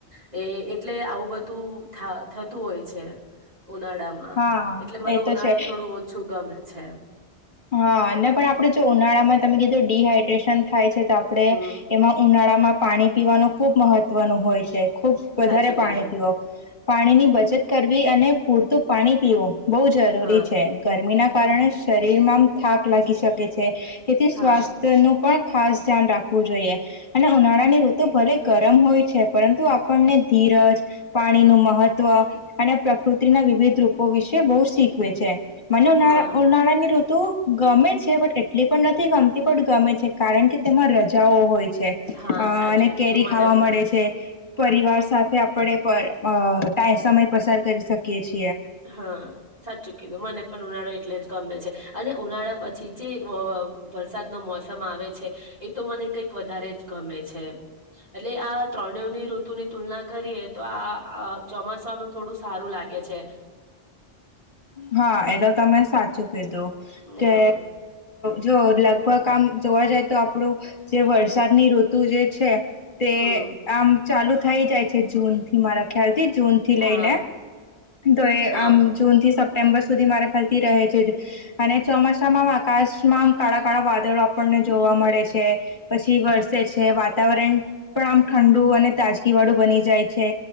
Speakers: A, on the right; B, on the left.
A: એ એટલે આવું બધું થા થતું હોય છે. ઉનાળામાં
B: હા
A: એટલે મને
B: એ તો
A: ઉનાળો
B: છે
A: થોડું ઓછું ગમે છે.
B: હા ને પણ આપડે જો ઉનાળામાં તમે કીધું ડીહાઈડ્રેશન થાય છે તો આપણે
A: હમ
B: એમાં ઉનાળામાં પાણી પીવાનું ખુબ મહત્વનું હોય છે. ખૂબ વધારે
A: સાચું કીધું
B: પાણી પીવો પાણીની બચત કરવી અને પૂરતું પાણી પીવું બહુ જરૂરી
A: હા
B: છે ગરમી ના કારણે
A: કો
B: શરીરમાં થાક લાગી શકે છે તેથી સ્વાસ્થ્ય
A: હા
B: નું પણ ખાસ ધ્યાન રાખવું જોઈએ અને ઉનાળા ની ઋતુ ભલે ગરમ હોય છે પરંતુ આપણને ધીરજ પાણીનુંું મહત્વ અને પ્રકૃતિના વિવિધ રૂપો વિશે બહુ શીખવે છે મને
A: હા
B: ઉ ઉનાળાની ગમે છે બટ એટલી પણ નથી ગમતી પણ ગમે છે કારણ કે તેમાં રજાઓ હોય છે
A: હા
B: અ
A: સાચું
B: અને
A: કીધું
B: કેરી
A: મને
B: ખાવા મળે
A: પણ
B: છે પરિવાર સાથે આપણે ટાઈમસમય પસાર કરી શકીએ છીએ
A: હા સાચું કીધું મને પણ ઉનાળો એટલે જ ગમે છે અને ઉનાળા પછી જે વરસાદ ન મોસમ આવે છે એ તો મને કઈક વધારે જ ગમે છે એટલે આ ત્રણેની ઋતુ ની તુલના કરીએ તો આ ચોમાસાનું થોડું સારું લાગે છે
B: હા એ તો તમે સાચું કીધું કે
A: હા
B: જો લગભગ આમ જોવા જાય તો આપણું જે વરસાદની ઋતુ જે છે તે
A: હમ
B: આમ ચાલુ થઈ જાય છે જૂનથી મારા ખ્યાલ થી જૂનથી લઈને
A: હા
B: તો
A: હા
B: આમ જૂનથી સપ્ટેમ્બર સુધી મારા ખાલથી રહે છે અને ચોમાસામાં આકાશમાં કાળા કાડાવાદળો આપને જોવા મળે છે પછી વરસે છે વા વાતાવરણ પણ આમ ઠંડુ અને તાજગી વાળું બની જાય છે